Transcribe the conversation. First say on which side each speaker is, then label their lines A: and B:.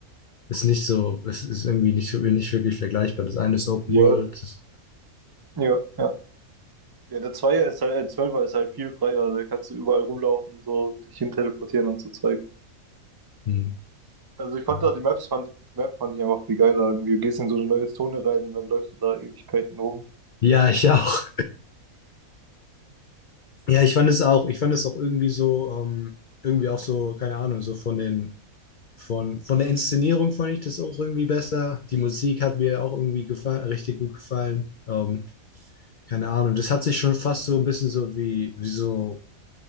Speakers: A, on the left; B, on the right.
A: es ist nicht so, es ist irgendwie nicht, so- nicht wirklich vergleichbar. Das eine ist Open
B: Ja,
A: World. Das,
B: ja, ja. Ja, der Zweier ist halt, äh, Zwölfer ist halt viel freier, da kannst du überall rumlaufen, so dich hin teleportieren und so Zeug.
A: hm,
B: Also ich konnte
A: ja.
B: da die Maps fand ich, Map fand ich einfach viel geiler. Irgendwie. Du gehst in so eine neue Zone rein und dann läufst du da Ewigkeiten rum.
A: ja, ich auch. Ja, ich fand es auch, ich fand es auch irgendwie so, ähm, irgendwie auch so, keine Ahnung, so von den Von, von der Inszenierung fand ich das auch irgendwie besser. Die Musik hat mir auch irgendwie gefallen, richtig gut gefallen. Ähm, keine Ahnung. Das hat sich schon fast so ein bisschen so wie, wie so,